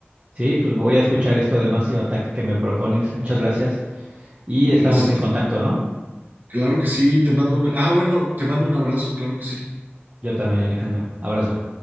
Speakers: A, on the right (about 35°); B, on the right (about 50°).
A: Sí, pues voy a escuchar esto de Massive Attack que me propones. Muchas gracias. Y estamos
B: Iracete.
A: en contacto, ¿no?
B: Claro que sí, te mando un, ah, bueno, te mando un abrazo, claro que sí.
A: Yo también, Alejandro. Abrazo.